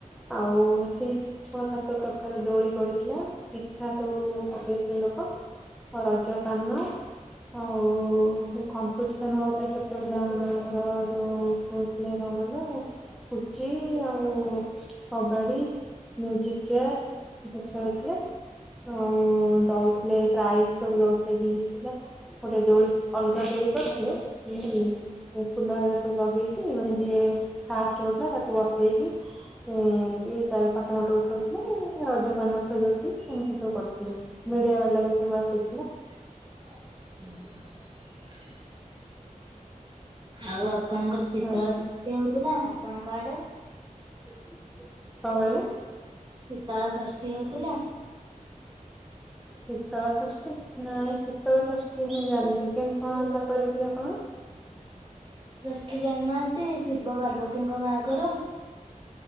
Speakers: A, in the centre; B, on the right.
A: ଆଉ ହେଠି ଛଅ ସାତ ପ୍ରକାର ଦୋଳି ପଡ଼ିଥିଲା ପିଠାସବୁ ପକେଇଥିଲେ ଲୋକ। ଅ ରଜପାନ ଆଉ ଯୋଉ କମ୍ପିଡିସନ୍ ହଉଥିଲା ଛୋଟ ପିଲା ମାନଙ୍କର ଯୋଉ ଖେଳୁ ଥି ଲେ କଣ କହିଲ। ପୁଚି ଆଉ କବାଡ଼ି ମ୍ୟୁଜିକ୍ ଚେୟାର। <unintelligible> ଖେଳୁଥିଲେ ତ ଦୋଥିଲେ ପ୍ରାଇଜ ସବୁ ଦୋଉଥିଲେ ଯିଏ ଜିତୁଥିଲା। ଗୋଟେ ଦୋଳି ଅଲଗା ଦୋଳି କରିଥିଲେ ସେଠୀ ଏ ଫୁଲ ହେରିକା ସବୁ ଲଗେଇକି ମାନେ ଯିଏ ଫାଷ୍ଟ ହୋଉଥିଲା ତାକୁ ବସେଇକି ଏମିତି ତାର ଫଟଫଟ ଉଠଉଥିଲେ ରଜପାନ ଖୋଇ ଦୋଉଥିଲି ଏମିତି ସବୁ କରୁଥିଲେ ମିଡିଆ ବାଲା ବି ସବୁ ଆସିଥିଲେ।
B: ଉଁ ହୁଁ। ଆଉ ଆପଣଙ୍କର ଶୀତା
A: ଭଲ କଣ
B: <inaudible> ହଉଥିଲା ଆପଣଙ୍କ ଆଡ଼େ?
A: କଣ କହିଲ?
B: ଶୀତଳ ଷଷ୍ଠୀ ହୋଉଥିଲା?
A: ଶୀତଳ ଷଷ୍ଠୀ ନାଇଁ ଶୀତଳ ଷଷ୍ଠୀ ମୁଁ ଜାଣିନି କେମିତି କଣ ହବ କହିଲେ ଟିକେ ଆପଣ।
B: <unintelligible> ଷଷ୍ଠୀ ଜାଣିନାହାନ୍ତି ଶିବପାର୍ବତୀଙ୍କ ବାହାଘର।